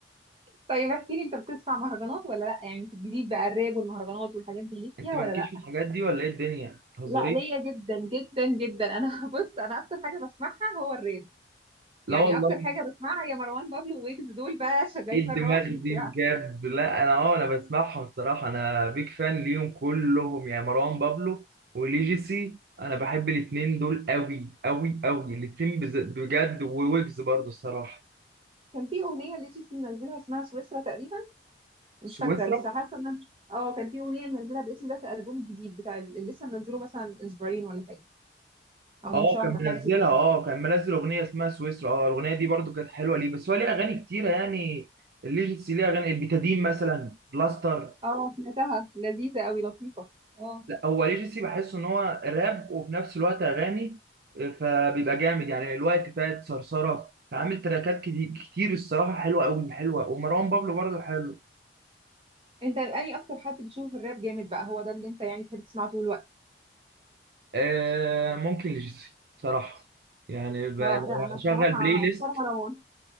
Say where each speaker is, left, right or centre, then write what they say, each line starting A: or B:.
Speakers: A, on the right (about 30°); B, on the right (about 60°).
A: طيب احكي لي انت بتسمع مهرجانات ولا لا يعني في الجديد بقى الراب والمهرجانات والحاجات دي ليك
B: انت
A: فيها
B: مالكيش
A: ولا لا
B: في الحاجات دي ولا ايه الدنيا ما تهزريش
A: لا ليا جدا جدا جدا انا <laughs> بص انا اكتر حاجه بسمعها هو الراب
B: لا
A: يعني
B: والله
A: اكتر حاجه بسمعها هي مروان بابلو ويجز دول بقى شغالين
B: ايه الدماغ
A: 24
B: دي
A: ساعه
B: بجد لا انا اه انا بسمعهم الصراحه انا بيج فان ليهم كلهم يعني مروان بابلو وليجيسي انا بحب الاتنين دول قوي قوي قوي الاتنين بز- بجد وويجز برضو الصراحه
A: كان في اغنيه لجي سي منزلها اسمها سويسرا تقريبا مش
B: سويسرا
A: فاكره بس حاسه ان أنا- اه كان في اغنيه منزلها بالاسم ده في الالبوم الجديد بتاع اللي لسه منزله مثلا من اسبوعين ولا حاجه او
B: اه
A: من شهر
B: كان منزلها
A: حاجه كده
B: اه كان منزل اغنيه اسمها سويسرا اه الاغنيه دي برضو كانت حلوه ليه بس هو ليه اغاني كتيره يعني الليجيسي ليه اغاني البيتادين مثلا بلاستر
A: اه سمعتها لذيذه قوي لطيفه اه
B: لا هو ليجاسي بحس ان هو راب وفي نفس الوقت اغاني آه، فبيبقى جامد يعني الوقت فات صرصره عامل تراكات كتير كتير الصراحه حلوه قوي حلوه ومروان بابلو برضه حلو
A: انت اني اكتر حد بتشوف الراب جامد بقى هو ده اللي انت يعني تحب تسمعه طول الوقت
B: آه ممكن ليجاسي صراحه يعني ب-
A: اه
B: لو
A: لا انا الصراحه
B: هشغل بلاي ليست
A: اختار مروان